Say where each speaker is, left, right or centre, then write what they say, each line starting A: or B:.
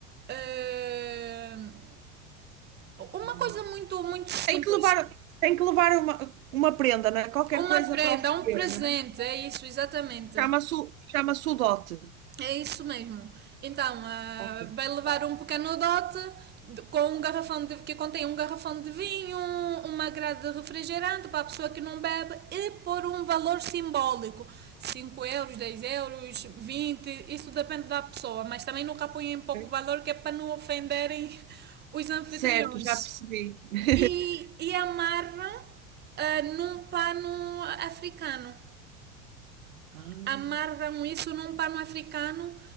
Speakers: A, on the right; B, on the right.
A: ah, uma
B: Ah,
A: coisa muito, muito simples.
B: Tem que levar, tem que levar uma, uma prenda, não é? Qualquer
A: Uma
B: coisa
A: prenda,
B: para oferecer,
A: um presente,
B: não é?
A: é isso, exatamente.
B: Chama-se o- chama-se o dote.
A: É isso mesmo. Então, ah,
B: Ok.
A: vai levar um pequeno dote de- com um garrafão de, que contém um garrafão de vinho, um- uma grade de refrigerante para a pessoa que não bebe e por um valor simbólico. cinco euros, 10 euros, 20, isso depende da pessoa, mas também nunca ponham pouco
B: Ok.
A: valor que é para não ofenderem <laughs> os anfitriões.
B: Certo, já percebi. <laughs>
A: E, e amarram ah, num pano africano
B: Ah,
A: amarram isso num pano africano